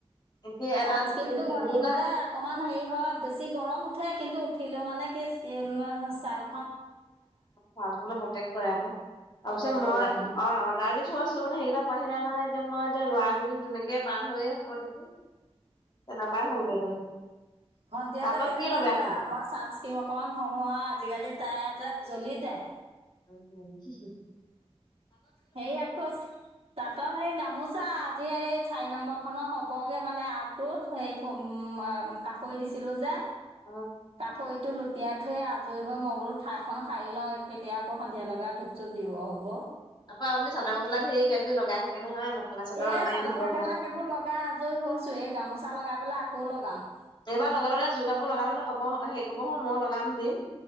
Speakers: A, on the left; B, on the right.
A: একে এটা
B: চানঞ্চ কেম ঘ <unintelligible> আহি
A: দুটা
B: গলে অকমান হেৰি হয় বেছি গৰম উঠে কিন্তু উঠিলেও মানে কি ছাল।
A: চালখনো প্ৰতেক কৰে আকৌ তাৰপিছত
B: প্ৰটেক্ট
A: মই
B: কৰে
A: অ' অৰ্ডাৰ দি থৈ আছো মানে সেইকেইটা পাই সিনা কাৰণ এতি মই এতিয়া লৰা কেইদিন তেনেকে পাৰ হৈ হ'ব দেকি তেনেকুৱাই হয়গে গৈ
B: ভণ্টিয়তে
A: তাঁতত
B: কেনেকুৱা
A: কি লগাইছিলে?
B: কয় আৰু মই চানস্ক্ৰীম অকনমান খহো আৰু আজিকালি তাৰ এ জ্বলি যায়
A: আৰু
B: সেই আকৌ তাঁতত সেই গামোচা আজি এই চাৰি নম্বৰ খনৰ হ'বগে মানে আগটোত সেই উ কাষৰি দিছিলো যে।
A: অ',
B: তাকো। টো লুটিয়াই থৈয়ে আজৰি হৈ মই বোলো ঠাইখন খাৰি লওঁ কেতিয়া আকৌ সন্ধিয়া লগা ধূপ চুপ দিব হ'ব
A: আকৌপনি চাদৰ মেখােৰ কিবা কিবি লগাই থাকে নহয়। মেখেলা
B: এ
A: আমাৰ
B: চাদৰ
A: ইহঁতৰ
B: মেখেলা
A: লগাই।
B: সেইবোৰ লগা আজৰি হৈছো এই গামোচা লগাই পেলাই আকৌ লগাম।
A: এইবাৰ লগালেে যোৰ কাপোৰ লগালো নে কাপব সেই কাপোৰ হ ময় লগাম দিম।